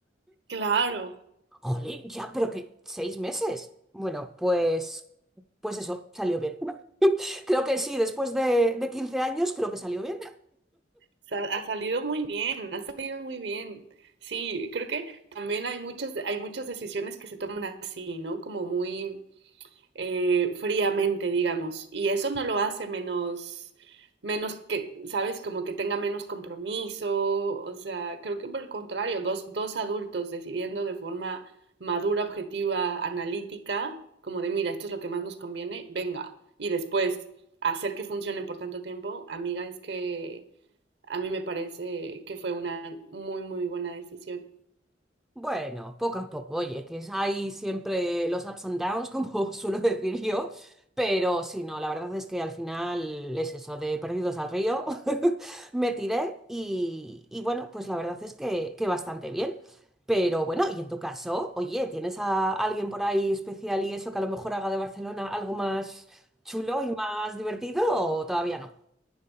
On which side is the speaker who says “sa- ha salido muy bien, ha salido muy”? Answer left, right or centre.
Right